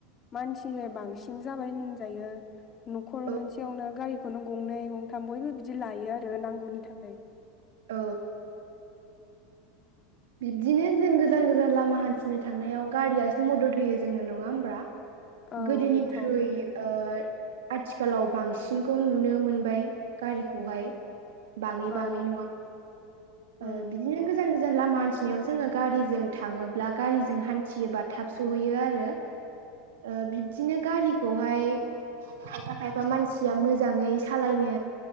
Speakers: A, on the left (about 30°); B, on the right (about 60°).
A: मानसिनि बांसिन जाबाय होनजायो नखर
B: औ
A: मोनसेयावनो गारि खौनो गंनै गंथाम बयबो बिदि लायो आरो नांगौनि थाखाय।
B: औ। बिब्दिनो जों गोजान गोजान लामा हान्थिनो थांनायाव गारियासो मदद होयो जोंनो। नङा होमब्ला?
A: औ
B: गोदोनिख्रुइ
A: बेनोथ'
B: ओ आथिखालाव बांसिनखौ नुनो मोनबाय गारिखौहाय। बाङै-बाङै
A: औ
B: नङा ओ
A: उम
B: बिदिनो गोजान गोजान लामा हान्थि नयाव जोङो गारिजों थाङोब्ला गारिजों हान्थियोबा थाब सहैयो आरो। ओ बिब्दिनो गारिखौहाय खायफा खायफा मानसिया मोजाङै सालायनो,